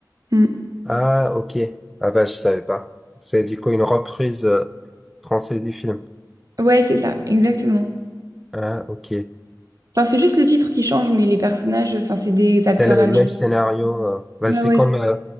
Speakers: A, on the right; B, in the centre.
A: Mm.
B: Ah, ok. Ah bah, je savais pas. C'est du coup une reprise euh, française du film.
A: Ouais, c'est ça, exactement.
B: Ah, ok.
A: Enfin, c'est juste le titre qui change mais les personnages enfin c'est des
B: C'est
A: acteurs
B: le
A: américains.
B: même scénario. euh. Bah,
A: Ouais
B: c'est
A: ouais.
B: comme, euh,